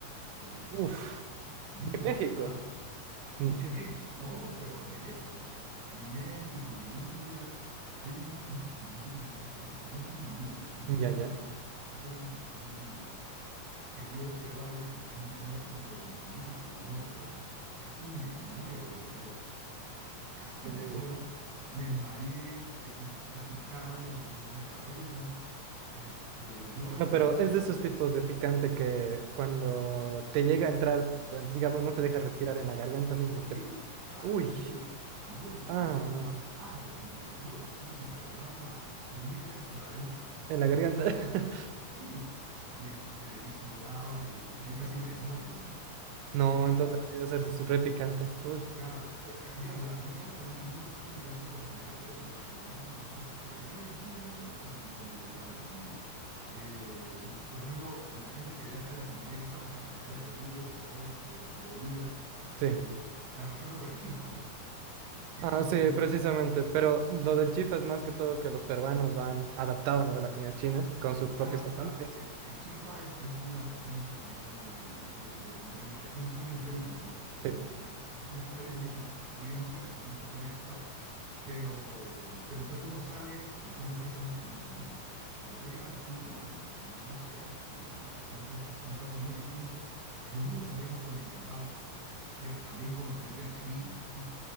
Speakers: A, on the right (about 65°); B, on the right (about 85°).
A: por ejemplo.
B: Uf,
A: Nunca,
B: México.
A: jamás.
B: Mm,
A: Ni en México, no, pero de lejos, ¿ah? Ni en México, ni en India. Hay unos, unas guindillas, en castellano son guindillas, no sé
B: Ya,
A: cómo
B: ya.
A: se llaman, no recuerdo cómo se llaman, son guindillas. Que yo, peruano, dije, ay, me como esto, pero como si nada, si yo como rocoto. Casi me muero, yo, casi
B: Uy.
A: <laughs> me muero. Me mareé, me me dio taquicardia, me dio dolor de cabeza. Este, no, la
B: No,
A: comida
B: pero
A: tailandesa
B: es de esos tipos de picante que cuando te llega a entrar, pues, digamos, no te deja respirar en la garganta mismo.
A: Sí,
B: Te...
A: o sea,
B: Uy.
A: duele, duele.
B: Ah,
A: No es ni
B: no.
A: siquiera arde, sino que duele. Es como si te agarraran a puñetes por adentro,
B: En
A: más
B: la garganta.
A: o menos.
B: <laughs>
A: Sí. Y, este, y sudaba, y, o sea, y casi me desmayo, ¿no?
B: No,
A: Así de...
B: entonces debió ser s- re picante. Uy,
A: Claro, pero eh, digamos, la comida altanesa no es tan picante por lo general, pero cuando la condimentan picante es picante. En cambio, en China no es tan condimentada la comida. Eh, por ejemplo, la gente que viaja de Latinoamérica, o sea, en realidad de Perú, de Ecuador, de, de Bolivia,
B: sí.
A: eh, la relacionan con el chifa, ¿no? El
B: Ah,
A: chifa
B: sí,
A: que es
B: precisamente. Pero lo del chifa es más que todo que los peruanos lo han adaptado, ¿no? De la comida china con su
A: Claro,
B: propio sazón.
A: claro.
B: Eso.
A: El, el chifa es, es una adaptación de la comida de, de- de la inmigración china en Perú, ¿no? Eh,
B: Sí.
A: una- es una historia bien bonita y bien cruel también porque eran esclavos. Pero, pero entonces uno sale pensando que esa es la comida china. Pero tú llegas a China y, y nada que ver, ¿no? O sea, son, cos- son platos muy distintos, es mucho menos condimentado, pero también cuando le meten ají, pu-